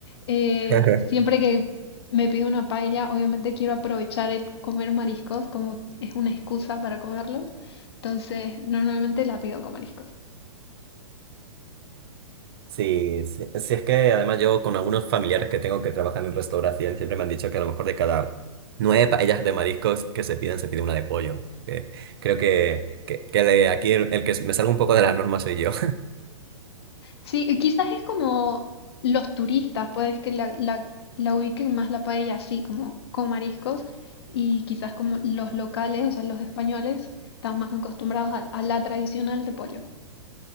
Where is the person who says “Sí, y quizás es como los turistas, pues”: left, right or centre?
Left